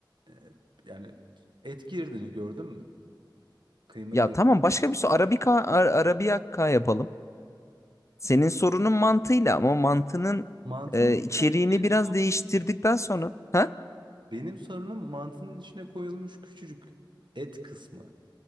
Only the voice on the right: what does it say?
e, yani et girdiğini gördün mü? Kıyma
gir.
Mantının
içine benim
sorunum
Benim sorunum mantının içine koyulmuş küçücük et kısmı.